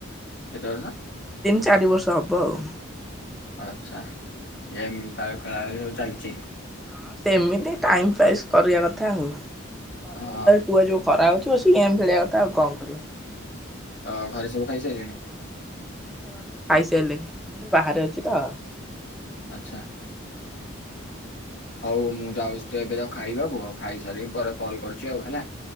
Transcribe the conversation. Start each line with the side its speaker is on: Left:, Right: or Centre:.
Left: କେତେ ବର୍ଷ
Centre: ତିନି ଚାରି ବର୍ଷ ହବ ଆଉ।
Left: ଆଚ୍ଛା ଗେମ୍ ତା <unintelligible> ସବୁ ଚାଲିଚି।
Centre: ହଁ ସେମିତି ଟାଇମ ପାସ୍ କରିବା କଥା ଆଉ ଖରାବେଳ
Left: ହଁ
Centre: ଟାର କୁଆ ଯେଉଁ ଖରା ହୋଉଚି ବସିିକି ଗେମ୍ ଖେଳିବା କଥା ଆଉ କଣ କରିବେ।
Left: ଅଁ ଘରେ ସବୁ ଖାଇସାରିଲେଣି।
Centre: ଘରେ ସବୁ ଖାଇସାଇ <unintelligible> ମୁଁ ଟିକେ ବାହାରେ ଅଛି ତ।
Left: ଆଚ୍ଛା।
Centre: ହଁ
Left: ହଉ ମୁଁ ଯାଉଛି ତ ଏବେ <unintelligible> ଖାଇବାକୁ ଆଉ ଖାଇସାରିକି ମୁଁ ପରେ କଲ୍ କରୁଛି ଆଉ ହେଲା।